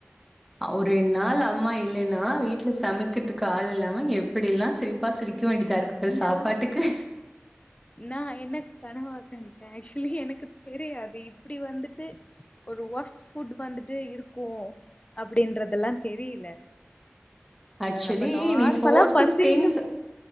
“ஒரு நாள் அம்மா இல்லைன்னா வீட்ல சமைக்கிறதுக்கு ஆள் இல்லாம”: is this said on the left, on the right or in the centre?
Centre